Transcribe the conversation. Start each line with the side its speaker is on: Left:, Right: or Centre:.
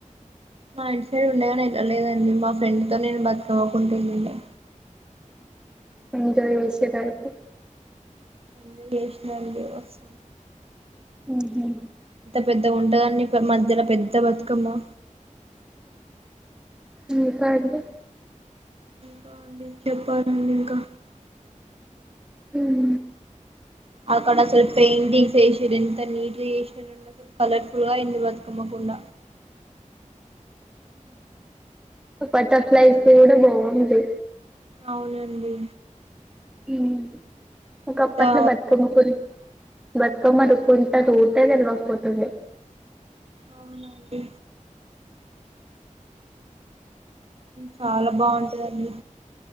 Right: మా ఇంటి సైడ్ ఉండేగాని ఎల్లలేదండి మా ఫ్రెండ్ తో నేను బతుకమకుంటానండి
Centre: ఎంజాయ్ చేసిరా అయితే
Right: ఎంజాయ్ చేసిన <unintelligible>
Centre: ఉహూ
Right: పెద్దగా ఉంటదండి మధ్యల పెద్ద బతుకమ్మ
Centre: హామ్ కాదు గా
Right: హ ఆ అండి చెప్పాలండి ఇంకా
Centre: హుం
Right: అక్కడ ఆసలు పెయింటింగ్స్ వేసిరు ఎంత నీట్ గా చేసిరూ అసలు కలర్ఫుల్గా బతుకమ్కుండ
Centre: బటర్ఫ్లయస్ కూడా కూడా బా ఉంది
Right: అవునండి
Centre: హుం ఇక
Right: అంతా
Centre: అప్పట్లో బతుకమ్మ గురించి బతుకమడుకుంటా <unintelligible> తెల్వకపోతుండే
Right: అవునండి చాలా బాగుంటదండి